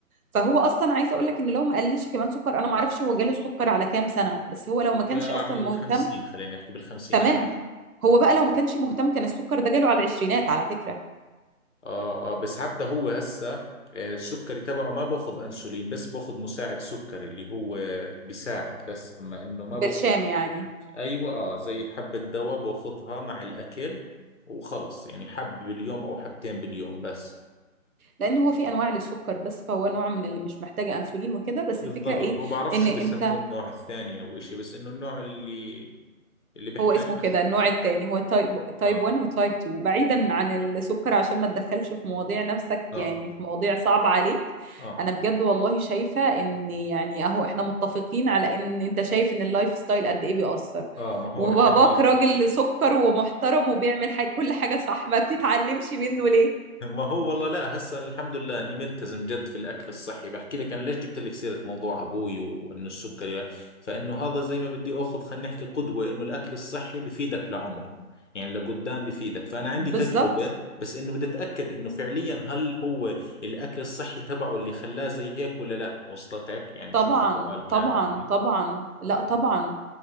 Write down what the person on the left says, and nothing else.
اجاه
على
الخمسين خلينا نحكي بالخمسينات
اه اه بس حتى هو هسه آه، السكري تبعه ما باخذ انسولين بس باخذ مساعد سكري اللي هو بيساعد بس اما انه ما باخذ
ايوه اه زي حبة دواء باخذها مع الاكل وخلص يعني حب باليوم او حبتين باليوم بس
بالضبط
هو بعرف
شو
بيسموه النوع الثاني او اشي بس انه النوع اللي اللي بيحتاج
بس
اه
اه
اه
اه ما هو
عشان هيك
<laughs> ما هو والله لا هسه الحمد لله اني ملتزم جد في الاكل الصحي بحكي لك انا ليش جبت لك سيره موضوع ابوي وانه السكري فانه هذا زي ما بدي اخذ خلينا نحكي قدوه انه الاكل الصحي بفيدك لعمر يعني لقدام بفيدك فانا عندي
تجربه بس انه بدي اتاكد انه فعليا هل هو الاكل الصحي تبعه اللي خلاه زي هيك ولا لا وصلتك يعني
شو السؤال كان
عندي